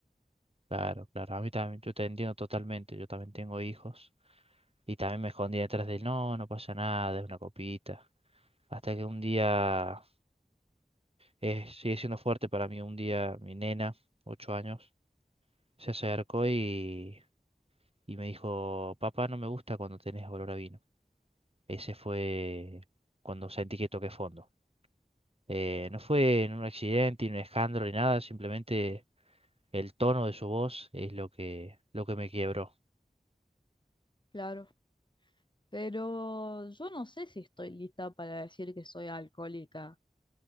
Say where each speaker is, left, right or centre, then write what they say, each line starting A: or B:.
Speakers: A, on the right (about 35°); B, on the left (about 30°).
A: Claro, claro. A mí también, yo te entiendo totalmente. Yo también tengo hijos y también me escondí detrás del no, no pasa nada, es una copita. Hasta que un día, eh, sigue siendo fuerte para mí, un día mi nena, ocho años, se acercó y, y me dijo, papá, no me gusta cuando tenés olor a vino. Ese fue cuando sentí que toqué fondo. Eh, no fue en un accidente, ni un escándalo, ni nada, simplemente el tono de su voz es lo que, lo que me quebró.
B: Claro, pero yo no sé si estoy lista para decir que soy alcohólica,